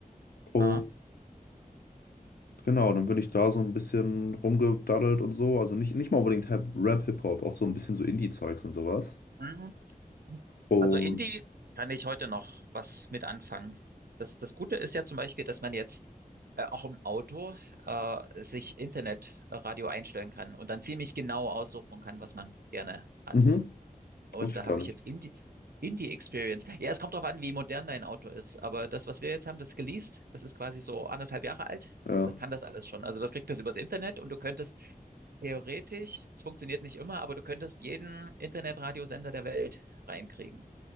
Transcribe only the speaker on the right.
ja.
Mhm.
Also Indie kann ich heute noch was mit anfangen. Das, das Gute ist ja zum Beispiel, dass man jetzt äh, auch im Auto äh, sich Internetradio einstellen kann und dann ziemlich genau aussuchen kann, was man gerne hat.
Und
da
habe
ich jetzt Indie, Indie Experience. Ja, es kommt drauf an, wie modern dein Auto ist. Aber das, was wir jetzt haben, das ist geleast. Das ist quasi so anderthalb Jahre alt.
Das kann das alles schon. Also das kriegt das übers Internet und du könntest theoretisch, es funktioniert nicht immer, aber du könntest jeden Internetradiosender der Welt reinkriegen.